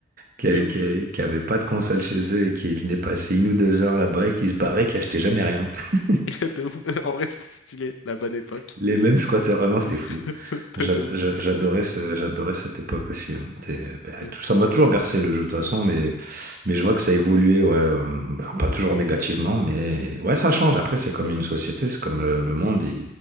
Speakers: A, on the right (about 45°); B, on the left (about 75°).
A: qui,
B: De ouf.
A: qui, qui avaient pas de console chez eux et qui venaient passer une ou deux heures là-bas et qui se barraient, qui achetaient jamais rien. <laughs>
B: <laughs> De ouf. En vrai, c'était stylé, la bonne époque.
A: Les mêmes squatteurs. Oh non, c'était
B: <laughs>
A: fou. J'ad-
B: De de ouf.
A: j'a- J'adorais ce- j'adorais cette époque aussi. hein. C'est- bah,
B: Mm.
A: tout- ça m'a toujours bercé le jeu de toute façon, mais, mais je vois que ça a évolué, ouais, euh, bah, pas toujours négativement, mais ouais, ça change. Après, c'est comme une société, c'est comme euh, le monde.